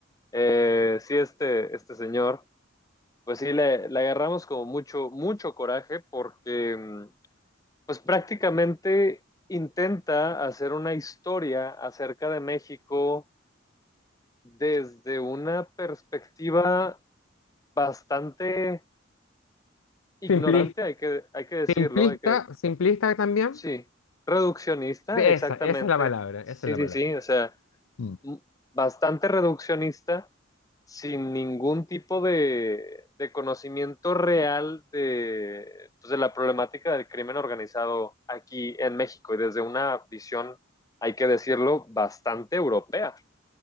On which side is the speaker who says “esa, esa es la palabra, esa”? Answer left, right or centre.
Left